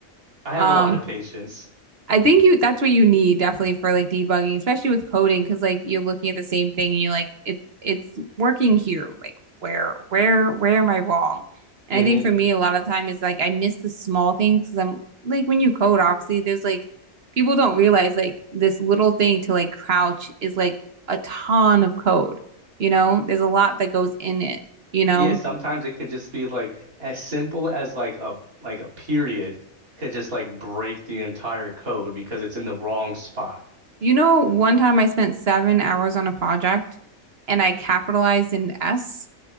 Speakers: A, on the right; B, on the right.
A: I have
B: Um,
A: a lot of patience.
B: I think you that's what you need definitely for like debugging, especially with coding, because like you're looking at the same thing and you're like it's it's working here. Like where where where am I wrong? And
A: hmm
B: I think for me a lot of the time is like I miss the small things because I'm like when you code, obviously there's like people don't realize like this little thing to like crouch is like a ton of code. You know, there's a lot that goes in it. You know.
A: Yeah, sometimes it could just be like as simple as like a like a period could just like break the entire code because it's in the wrong spot.
B: You know, one time I spent seven hours on a project and I capitalized in S